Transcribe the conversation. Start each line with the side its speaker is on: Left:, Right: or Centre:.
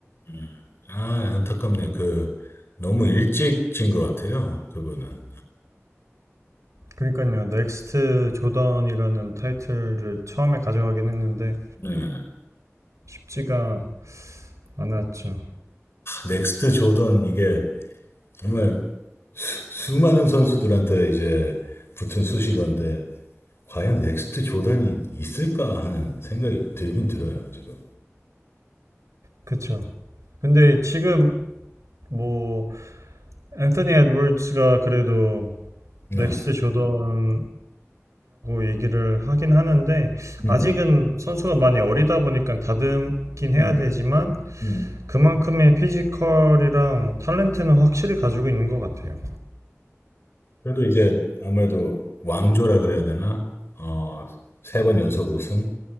Left: 음. 아, 안타깝네요. 그, 너무 일찍 진 것 같아요. 그분은.
Right: 그러니까요, 넥스트 조던이라는 타이틀을 처음에 가져가긴 했는데
Left: 네. 아,
Right: 쉽지가 않았죠.
Left: 넥스트 조던, 이게 정말 수, 많은 선수들한테 이제 붙은 수식어인데, 과연 넥스트 조던이 있을까 하는 생각이 들긴 들어요, 지금.
Right: 그쵸? 근데 지금 뭐 앤서니 에드워즈가 그래도
Left: 네.
Right: 넥스트 조던이라고 얘기를 하긴 하는데
Left: 음,
Right: 아직은 선수가 많이 어리다 보니까 다듬긴 해야
Left: 음,
Right: 되지만
Left: 음.
Right: 그만큼의 피지컬이랑 탤런트는 확실히 가지고 있는 것 같아요.
Left: 그래도 이제 아무래도 왕조라 그래야 되나? 어, 세 번 연속 우승?